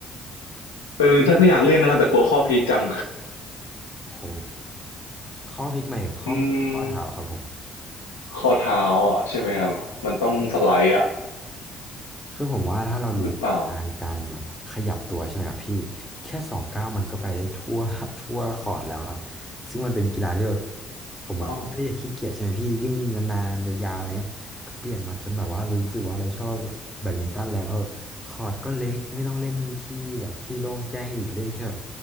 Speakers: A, on the left; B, in the centre.
A: เออแต่ก็อยากเล่นนะครับแต่กลัวข้อพลิจัง
B: โหข้อพลิกหมายถึงข้อมือข้อเท้าครับผม
A: <laughs> อืมข้อเท้าอะใช่ไหมครับมันต้องสไลด์อะ
B: คือผมว่าถ้าเรารู้อาการการแบบขยับตัวใช่ไหมครับพี่แค่สองก้าวมันก็ไปได้ทั่ว
A: หรือเปล่า
B: <laughs> ทั่วคอร์ตแล้วครับซึ่งมันเป็นกีฬาที่แบบผมอะค่อนข้างที่จะขี้เกียจใช่ไหมพี่วิ่งนานๆยาวๆอะไรเงี้ยก็เปลี่ยนมาจนแบบว่าเรารู้สึกว่าเราชอบแบดมินตันแล้วเพราะแบบคอร์ตก็เล็กไม่ต้องเล่นที่แบบที่โล่งแจ้งอีกเล่นแค่แบบ
A: อ๋อ